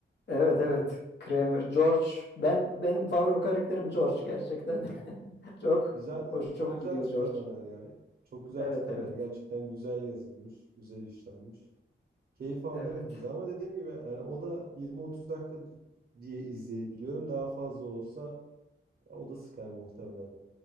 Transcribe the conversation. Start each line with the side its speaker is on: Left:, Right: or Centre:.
Left: Evet evet. Kramer, George. Ben benim favori karakterim George gerçekten. <laughs> Çok
Right: Güzel,
Left: hoşuma
Right: çok güzel
Left: gidiyor
Right: tiplemeler
Left: George.
Right: yani. Çok güzel
Left: Evet
Right: tiplemeler.
Left: evet.
Right: Gerçekten güzel yazılmış, güzel işlenmiş. Keyif aldığım
Left: Evet.
Right: bir dizi ama dediğim gibi yani o da 20-30 dakika diye izleyebiliyorum. Daha fazla olsa ya o da sıkar muhtemelen.